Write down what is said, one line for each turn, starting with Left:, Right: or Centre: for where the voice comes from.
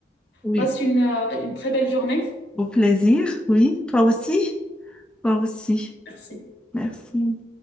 Centre: oui.
Left: Passe une, euh, une très belle journée.
Centre: Au plaisir, oui. Toi aussi, toi aussi.
Left: Merci.
Centre: Merci.